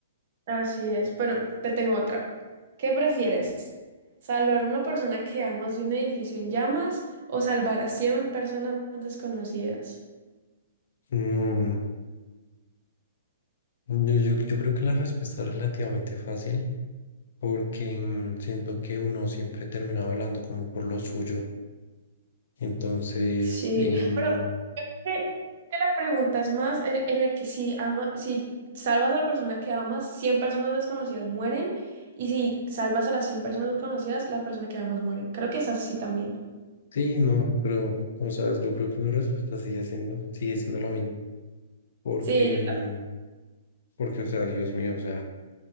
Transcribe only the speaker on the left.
Mm, Yo, yo, yo creo que la respuesta es relativamente fácil porque mm, siento que uno siempre termina hablando como por lo suyo. Entonces,
em,
sí, no, pero, o sea, yo creo que mi respuesta sigue siendo, sigue siendo la misma. Porque,
mm, porque, o sea, Dios mío, o sea,